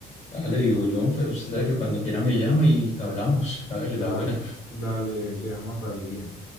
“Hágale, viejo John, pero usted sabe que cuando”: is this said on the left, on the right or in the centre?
Left